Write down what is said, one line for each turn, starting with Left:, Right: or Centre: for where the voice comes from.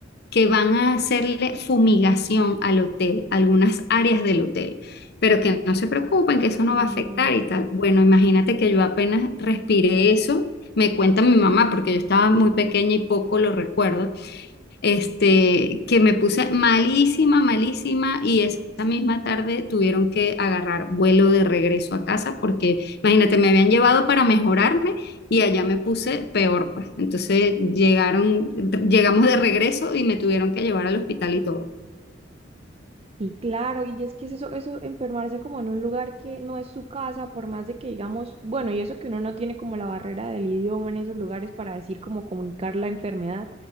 Left: que van a hacerle fumigación al hotel, algunas áreas del hotel, pero que no se preocupen,
Right: Ay,
Left: que eso no va a afectar
Right: no.
Left: y tal. Bueno, imagínate que yo apenas respiré eso. Me cuenta mi mamá, porque yo estaba muy pequeña y poco lo recuerdo, este, que me puse malísima, malísima y esa misma tarde tuvieron que agarrar vuelo de regreso a casa porque, imagínate, me habían llevado para mejorarme y allá me puse peor, pues. Entonces llegaron, llegamos de regreso y me tuvieron que llevar al hospital y todo.
Right: Sí, claro, y es que es eso, eso enfermarse como en un lugar que no es su casa, por más de que digamos, bueno, y eso que uno no tiene como la barrera del idioma en esos lugares para decir como comunicar la enfermedad,